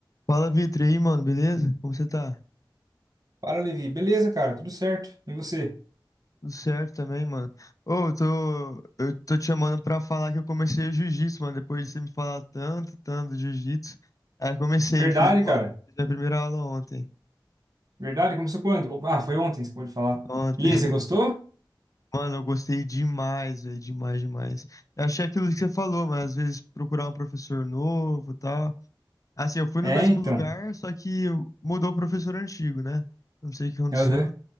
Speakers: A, on the left (about 45°); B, on the right (about 50°).
A: Fala, Vitor, e aí, mano, beleza? Como você tá?
B: Fala, Levi. Beleza, cara? Tudo certo. E você?
A: Tudo certo também, mano. Ô, eu tô, eu tô te chamando pra falar que eu comecei o jiu-jitsu, mano. Depois de você me falar tanto, tanto do jiu-jitsu. Aí eu comecei,
B: Verdade,
A: fiz uma,
B: cara.
A: fiz minha primeira aula ontem.
B: Verdade? Começou quando? Opa, Ah, foi ontem, você pode falar.
A: Ontem.
B: E aí,
A: <laughs>
B: você gostou?
A: Mano, eu gostei demais, velho, demais, demais. Eu achei aquilo que você falou, mas às vezes procurar um professor novo e tal. Assim, eu fui no
B: É,
A: mesmo
B: então.
A: lugar, só que mudou o professor antigo, né? Não sei o que aconteceu.
B: Aham.